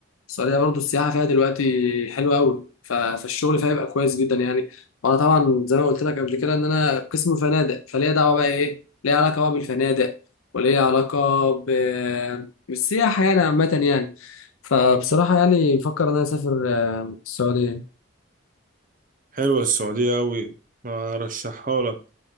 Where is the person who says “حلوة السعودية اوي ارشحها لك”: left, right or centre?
Right